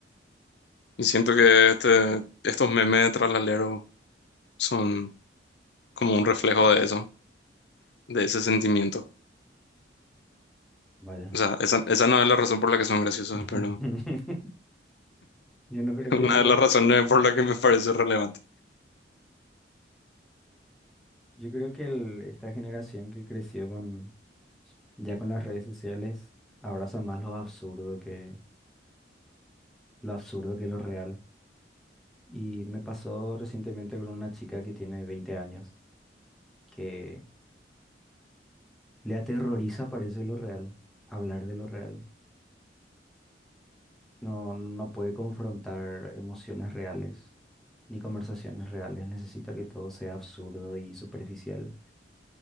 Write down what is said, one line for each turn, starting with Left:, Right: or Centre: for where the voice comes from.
Left: Y siento que este, estos memes de tralalero son como un reflejo de eso, de ese sentimiento.
Centre: Vaya.
Left: O sea, esa, esa no es la razón por la que son graciosos,
Centre: <laughs>
Left: pero
Centre: Yo no creo
Left: <laughs> una
Centre: que esa,
Left: de las razones por la que me parece relevante.
Centre: yo creo que el- esta generación que creció con, ya con las redes sociales, abraza más lo absurdo que, lo absurdo que lo real. Y me pasó recientemente con una chica que tiene 20 años, que le aterroriza, parece lo real, hablar de lo real. No, no puede confrontar emociones reales ni conversaciones reales. Necesita que todo sea absurdo y superficial